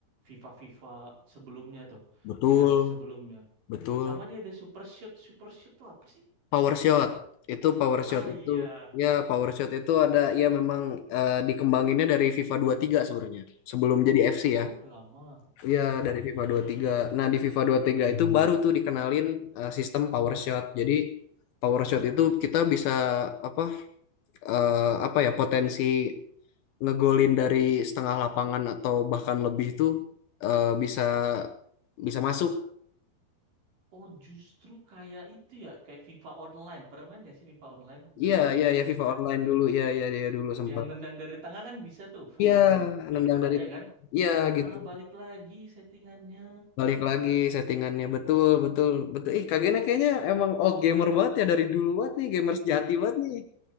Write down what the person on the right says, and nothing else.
FIFA-FIFA sebelumnya tuh,
generasi sebelumnya.
Sama dia ada Super Shoot. Super Shoot tuh apa sih?
Ah
iya,
oh udah lama.
Ah.
Oh justru kayak itu ya, kayak FIFA Online. Pernah main nggak sih FIFA Online
dulu,
Dilan?
Yang nendang dari tengah kan bisa tuh full
klik
aja kan?
Ah balik lagi settingannya.